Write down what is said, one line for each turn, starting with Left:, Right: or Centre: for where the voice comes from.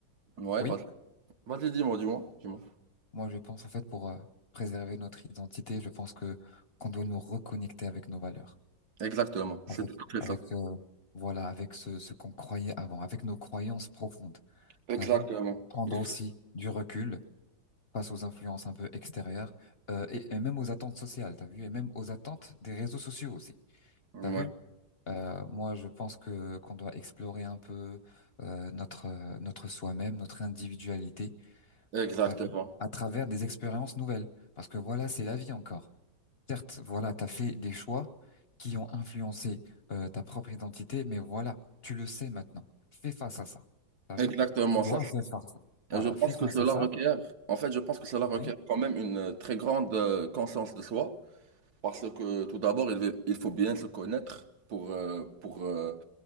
Right: Ouais,
Left: oui,
Right: vas-y, Vas-y, dis-moi, dis-moi, dis-moi.
Left: moi, je pense en fait pour euh, préserver notre identité, je pense que qu'on doit nous reconnecter avec nos valeurs,
Right: Exactement, c'est
Left: avec,
Right: tout à fait
Left: avec
Right: ça.
Left: euh, voilà, avec ce, ce qu'on croyait avant, avec nos croyances profondes.
Right: Exactement.
Left: T'as vu? Prendre
Right: Il
Left: aussi
Right: faut-
Left: du recul face aux influences un peu extérieures euh, et, et même aux attentes sociales. T'as vu? Et même aux attentes des réseaux sociaux aussi.
Right: Ouais,
Left: T'as vu? Euh, moi, je pense que qu'on doit explorer un peu euh, notre euh, notre soi-même, notre individualité,
Right: exactement.
Left: t'as vu, à travers des expériences nouvelles. Parce que voilà, c'est la vie encore. Certes, voilà, t'as fait des choix qui ont influencé euh, ta propre identité, mais voilà, tu le sais maintenant. Fais face à ça. T'as
Right: Exactement,
Left: vu? Tu dois
Right: ça,
Left: faire face. Voilà,
Right: Et Je pense
Left: fais face
Right: que cela
Left: à ça.
Right: requiert, en fait, je pense que cela
Left: Oui,
Right: requiert quand même une euh, très grande euh, conscience de soi, parce que tout d'abord, il, va- il faut bien se connaître pour, euh, pour, euh,